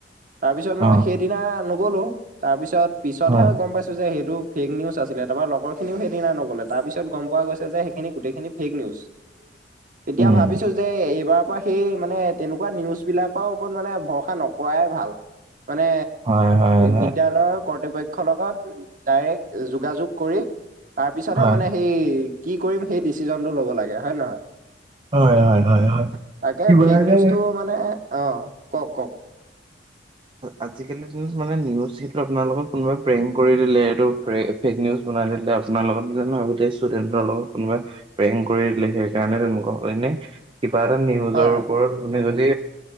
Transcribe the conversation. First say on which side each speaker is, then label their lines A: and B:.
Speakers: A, on the right (about 50°); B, on the right (about 30°).
A: তাৰ পিছত মই
B: অ',
A: সেইদিনা নগলো তাৰ পিছত পিছতহে
B: হয়,
A: গম পাইছো যে সেইটো ফেক নিউজ আছিলে তাৰপৰা লগৰখিনিও সেইদিনা নগ'লে তাৰপিছত গম পোৱা গৈছে যে সেইখিনি গোটেইখিনি ফেক নিউজ। তেতিয়া
B: উম,
A: ভাবিছো যে এইবাৰ ত সেই মানে তেনেকুৱা নিউজ বিলাকৰ ওপৰত মানে ভৰসা নক কৰাই ভাল মানে
B: হয়, হয়, হয়।
A: বিদ্যয়ালয়ৰ কৰ্তৃপক্ষ ৰ লগত ডাইৰেক্ট যোগাযোগ কৰি তাৰপিছতহে
B: হয়,
A: মানে সেই কি কৰিম সেই ডিচিজনটো ল'ব লাগে হয়ে নহয়
B: হয়, হয়, হয়, হয়,
A: তাকে
B: কিবা
A: ফেক
B: এটা
A: নিউজটো মানে অ কওক কওক
B: আজিকালিৰ দিনত মানে নিউজ সেইটো আপোনাৰ লগত কোনোবা প্ৰেং কৰি দিলে এইটো ফেক নিউজ বনাই দিলে আপোনাৰ লগত গোটেই ষ্টুডেন্টৰ লগত কোনোবা প্ৰেং কৰি দিলে সেইকাৰণে তেলকুৱা এনে কিবা এটা নিউজৰ
A: হয় হয়
B: ওপৰত মানে যদি